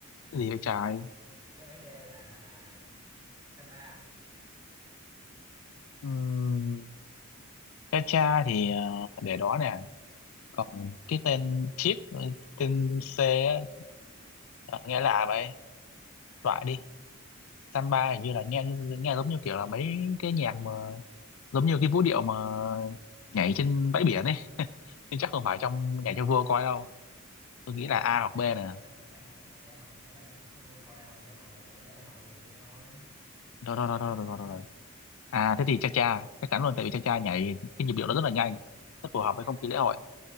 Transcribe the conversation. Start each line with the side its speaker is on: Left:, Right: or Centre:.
Left: gì vậy trái
Right: đáp án D là Samba
Left: Ừm, cha cha thì ờ, để đó nè còn cái tên chip tên
Right: zip
Left: C á,
Right: zip zip
Left: ờ,
Right: zip
Left: nghe lạ
Right: zip
Left: vậy
Right: lạ hả
Left: loại đi samba
Right: ừ.
Left: hình như là nghe như nghe giống như kiểu là mấy cái nhạc
Right: Samba
Left: mà giống như
Right: vũ
Left: cái vũ
Right: công
Left: điệu mà nhảy
Right: vũ
Left: trên
Right: công
Left: bãi biển ấy <laughs> nhưng chắc
Right: vũ
Left: không
Right: công
Left: phải trong nhảy cho
Right: Samba
Left: vua coi đâu tôi nghĩ
Right: đó cái này
Left: là A
Right: đợt
Left: hoặc
Right: này
Left: B nè
Right: là dạ, dạ hội mà dạ hội mà đâu phải là nhảy cho vua coi đâu dạ hội là kiểu lễ hội này kia thôi
Left: đó đó
Right: vui vẻ
Left: đó đó
Right: thôi
Left: đó, đó, đó. À thế thì cha cha chắc chắn luôn tại vì cha cha nhảy cái nhịp điệu nó rất là nhanh, rất phù hợp
Right: nhanh
Left: với không khí lễ hội.